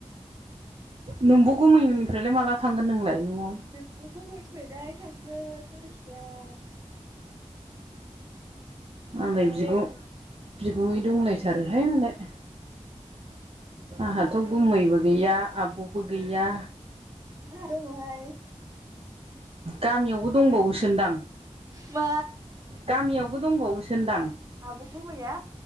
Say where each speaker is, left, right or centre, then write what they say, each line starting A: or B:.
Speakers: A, on the right; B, on the right.
A: नोंबो गुमैनिफ्रायलाय माला थांगोन नोंलाय न'आव?
B: नोंब' गुमैनिफ्रायलाय थांगोन बेलासियाव
A: आदाय
B: औ
A: बिदिखौ बिगुमै दंलायथारोहाय मालाय।
B: ओमफ्राय
A: आंहाथ' गुबुमैबो गैया आब'बो गैया
B: आंहा दङ हाय।
A: गामियावबो दंबावोसोनदां।
B: मा?
A: गामियावबो दंबावोसोनदां
B: आब' गुमैया